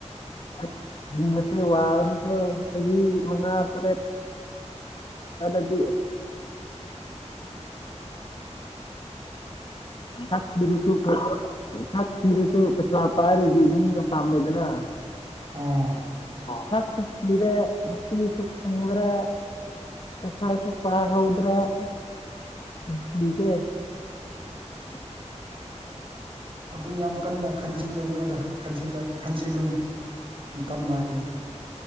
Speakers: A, on the left; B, on the right.
A: ꯑꯁ ꯍꯤꯡꯕꯁꯦ ꯋꯥꯔꯅꯤꯗꯣ ꯆꯍꯤ ꯃꯉꯥ ꯇꯔꯦꯠ ꯑꯗꯗꯤꯗꯤ ꯊꯛꯄꯤꯤꯔ ꯁꯨ ꯈꯔ ꯁꯥꯊꯤꯔꯁꯨꯣ ꯄꯩꯁꯥꯄꯔꯨꯗꯤ ꯃꯤꯅ ꯄꯥꯝꯃꯦꯗꯅ
B: ꯎꯝ
A: ꯆꯥꯛꯁꯨ ꯊꯤꯔꯦ ꯅꯨꯡꯄꯤꯤꯁꯨ ꯐꯪꯗ꯭ꯔꯦ ꯄꯁ ꯁꯣꯄ ꯍꯗ꯭ꯔꯦꯟꯁꯤꯁꯦ <unintelligible>
B: ꯑꯗꯨ ꯌꯥꯝ ꯀꯟꯅ ꯈꯟꯁꯤꯜꯂꯤ ꯂꯨꯒꯅꯨꯗ ꯈꯟꯁꯤꯜꯂꯨꯅꯨ ꯇꯝ ꯂꯥꯛ